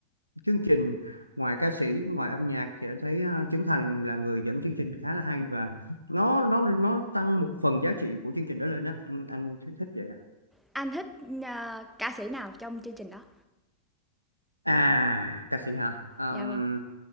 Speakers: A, on the right; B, in the centre.
A: chương trình ngoài ca sĩ ngoài âm nhạc thì anh thấy ờ, Trấn Thành là người dẫn chương trình khá là hay và nó nó nó tăng một phần giá trị của chương trình đó lên á anh anh thích, thích vậy á
B: anh thích, ơ, ca sĩ nào trong chương trình đó?
A: à ca sĩ hả Ờm,
B: Dạ vâng.